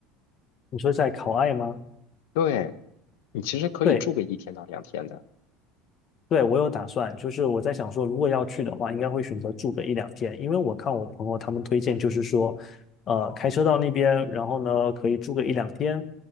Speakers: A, on the left; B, on the left.
A: 你说在考艾吗？
B: 对，你其实可以住个一天到两天的。
A: 对，对，我有打算，就是我在想说，如果要去的话，应该会选择住个一两天，因为我看我朋友他们推荐，就是说，呃，开车到那边，然后呢，可以住个一两天，